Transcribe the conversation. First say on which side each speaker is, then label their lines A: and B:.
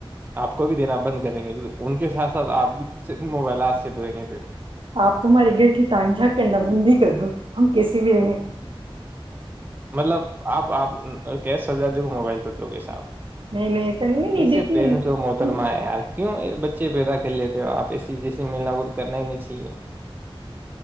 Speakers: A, on the right; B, on the right.
A: آپ کو بھی دینا بند کریں گے ان کے ساتھ ساتھ آپ بھی موبائل آ سک دئیں گے پھر
B: آپ تو ہمارے گھر کی تان جھاک کرنا بند ہی کر دو ہم کیسے بھی رہے
A: مطلب آپ آپ کیش سجا د گے موبائل تو تو <inaudible>
B: نہیں نہیں ایسا نہیں میں نہیں
A: کیسے
B: دیتی
A: پیرنٹس
B: ہوں،
A: وہ محترما
B: ہم
A: ہے یار کیوں بچے پیدا کر لیتے ہو آپ جسی جیسے ملنا وہ تو کرنا ہی نہیں چے